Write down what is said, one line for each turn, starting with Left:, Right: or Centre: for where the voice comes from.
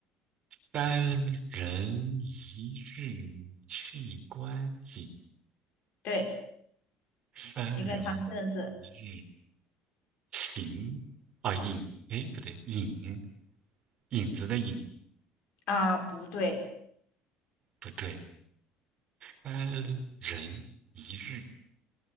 Right: 三人一日去观景，
Left: 对，
Right: 三人
Left: 一个常见的字
Right: 一日行啊影，哎不对，影影子的影
Left: 啊，不对
Right: 不对，三人一日